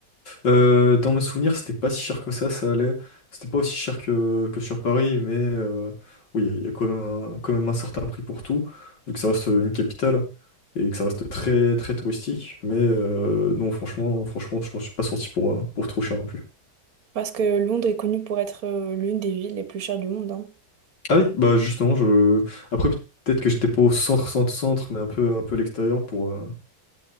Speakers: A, on the left; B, on the right.
A: Euh, dans mes souvenirs, c'était pas si cher que ça, ça allait. C'était pas aussi cher que, que sur Paris, mais euh, oui, il y a quand même un, quand même un certain prix pour tout, vu que ça reste une capitale et que ça reste très très touristique. Mais euh, non, franchement, franchement, je m'en suis pas sorti pour, euh, pour trop cher non plus.
B: Parce que Londres est connue pour être euh, l'une des villes les plus chères du monde, hein.
A: Ah oui, bah justement, je... après peut-être que j'étais pas au centre, centre, centre, mais un peu, un peu à l'extérieur pour. euh,